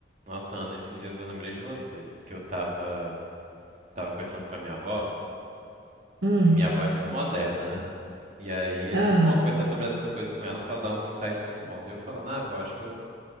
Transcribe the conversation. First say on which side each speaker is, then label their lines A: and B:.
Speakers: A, on the right; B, on the right.
A: Nossa, Ana, esses dias eu lembrei de você, porque eu tava, tava conversando com a minha avó.
B: Hum,
A: Minha avó é muito moderna, né? E aí é
B: ah,
A: sempre bom
B: Ela-
A: conversar sobre essas coisas com ela, porque ela dá uns insights muito bons. E eu falando, ah, avó, acho que eu